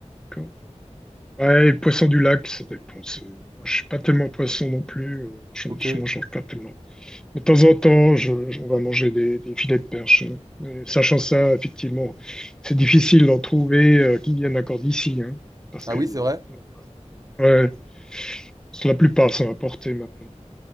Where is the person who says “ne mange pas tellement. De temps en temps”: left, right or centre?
Centre